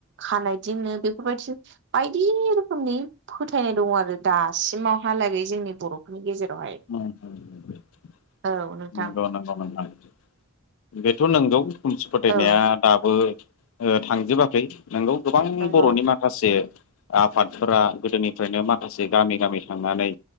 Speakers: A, on the right; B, on the left.
A: खानायदिंनो बेफोरबायदि बायदि रोखोमनि फोथायनाय दङ' आरो दासिमावहालागै जोंनि बर' नि गेजेरावहाय।
B: <unintelligible>
A: औ नोंथां
B: बेथ' नंगौ खोमसि फोथायनाया
A: औ
B: दाबो ओ थांजोबाखै। नोंगौ, गोबां
A: नंगौ
B: बर'नि मा खासे आफादफोरा गोदोनिफ्रायनो माखासे गामि गामि थांनानै